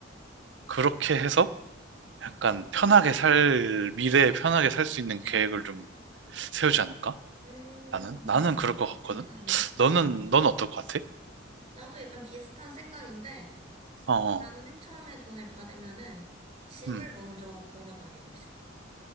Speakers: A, on the right; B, on the right.
A: 그렇게 해서 약간 편하게 살, 미래에 편하게 살 수 있는 계획을 좀 세우지 않을까?
B: 음.
A: 나는? 나는 그럴 것 같거든?
B: 괜찮은데?
A: 너는, 넌 어떨 것 같아?
B: 나도 약간 비슷한 생각인데,
A: 어, 어,
B: 나는 맨 처음에 돈을 받으면은 집을
A: 음.
B: 먼저 보러 다니고 싶어.